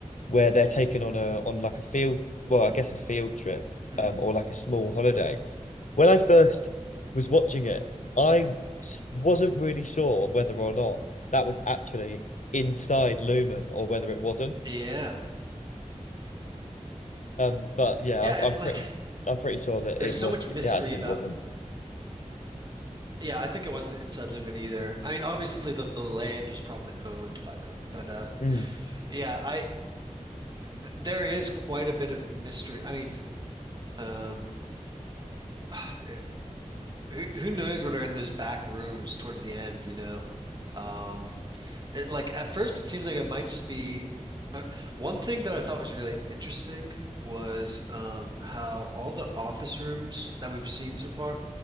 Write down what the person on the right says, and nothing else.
mm,
yeah,
yeah.
It's
like
<laughs>
there's
so
much mystery
about.
Yeah, I think it wasn't inside Lumen either. I mean, obviously the the land was probably owned by them, but uh,
yeah, I th there is quite a bit of mystery. I mean, um, <sighs> who who knows what are in those back rooms towards the end, you know? Um, It, like at first, it seems like it might just be uh, one thing that I thought was really interesting was um, how all the office rooms that we've seen so far,